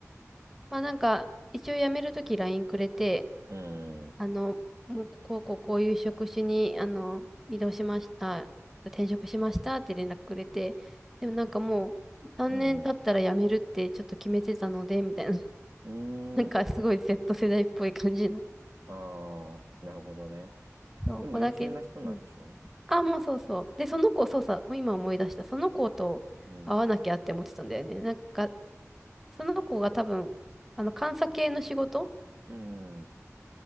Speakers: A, in the centre; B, on the right.
A: まあなんか、一応辞めるとき LINE くれて、
B: うん、
A: あの、もうこうこうこういう職種に、あの、移動しました、転職しましたって連絡くれて、でもなんかもう、3年経ったら辞めるってちょっと決めてたので、
B: うん、
A: みたいな、<laughs>
B: う
A: なんかすごい
B: ん、
A: Z 世代っぽい感じの、
B: ああ、なるほどね。
A: そうここだけ、
B: でも優秀な人なんでしょ
A: うんあ、もうそうそう。で、その子、そうさ、今思い出した。その子と会わなきゃって思ってたんだよね。
B: うん、
A: なんか、その子が多分、あの、監査系の仕事
B: うん、うん、